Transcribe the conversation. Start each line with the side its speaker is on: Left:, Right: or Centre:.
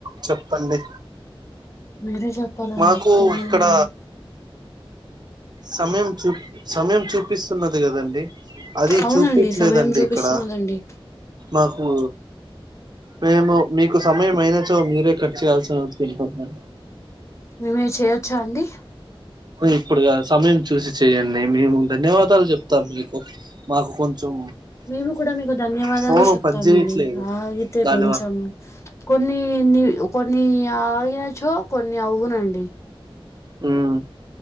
Right: చెప్పండి
Left: మీరే చెప్పాలండి
Right: మాకు ఇక్కడ
Left: ఉమ్,
Right: సమయం చూ సమయం చూపిస్తున్నది కదండి అది
Left: అవునండి
Right: చూపయట్లేదండి
Left: సమయం చూపిస్తున్నదండి
Right: ఇక్కడ నాకు మేము మీకు సమయం అయిన చో మీరే కట్ చేయయాల్సికుంటున్నాము
Left: మేమే చేయొచ్చా అండి
Right: ఇప్పుడుగాదు సమయం చూసి చెయండి మేము ధన్యవాదాలు చెప్తాం మీకు మాకు కొంచెం
Left: మేము కూడా మీకు ధన్యవాదాలు
Right: ఫోను
Left: చెప్తామండి
Right: పని చేయట్లేదు
Left: ఆగితే
Right: దానివ
Left: కొంచెం కొన్నిన్ని కొన్ని ఆగినచో కొన్ని అవునండి
Right: ఉం